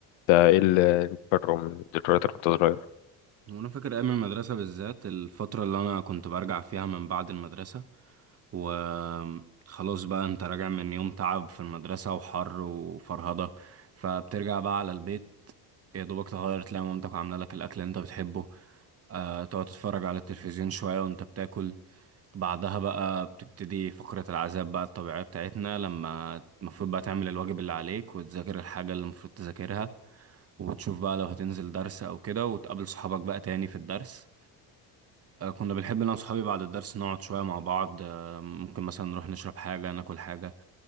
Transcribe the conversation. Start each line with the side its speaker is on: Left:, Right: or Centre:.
Left: ده إيه اللي بره من الذكريات اللي كنت صغير
Right: وانا فاكر ايام المدرسه بالذات الفتره اللي انا كنت برجع فيها من بعد المدرسه وخلاص بقى انت راجع من يوم تعب في المدرسه وحر وفرهده فبترجع بقى على البيت يا دوبك تغير تلاقي مامتك عامله لك الاكل اللي انت بتحبه أه تقعد تتفرج على التلفزيون شويه وانت بتاكل بعدها بقى بتبتدي فقرة العذاب بقى الطبيعية بتاعتنا لما المفروض بقى تعمل الواجب اللي عليك وتذاكر الحاجة اللي المفروض تذاكرها وتشوف بقى لو هتنزل درس او كده وتقابل صحابك بقى تاني في الدرس آه، كنا بنحب انا وصحابي بعد الدرس نقعد شوية مع بعض آه، ممكن مثلا نروح نشرب حاجة ناكل حاجة